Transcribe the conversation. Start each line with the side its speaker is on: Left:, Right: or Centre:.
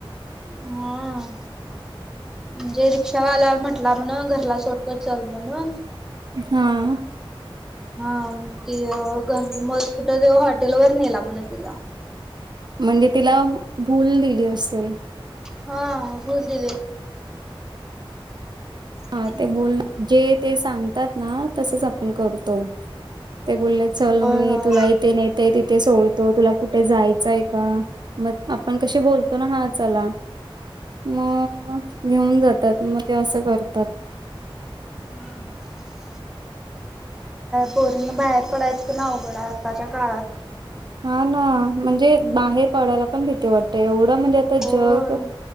Centre: हम. म्हणजे रिक्षावाला म्हटला म्हण घरला सोडतो चल म्हणून.
Right: हा.
Centre: हा ति घर मग कुठं तेव्हा हॉटेल वर नेला म्हणा तिला.
Right: म्हणजे तिला भूल दिली असेल?
Centre: हा भुोल दिले.
Right: हा
Centre: दिलेत.
Right: ते बोल जे ते सांगतात ना तसच आपण करतो. ते बोलले चल
Centre: होय
Right: मी
Centre: होय
Right: तुला इथे नेते, तिथे सोडतो, तुला कुठे जायचंय का? मग आपण कशी बोलतो ना हा चला. मग घेऊन जातात मग ते असं करतात.
Centre: हम्म. बोरींग बाहेर पडायचं ना अवघड आताच्या काळात.
Right: हा ना म्हणजे बाहेर पडायला पण भीतीे वाट एवढं म्हणजे आता
Centre: हो
Right: जग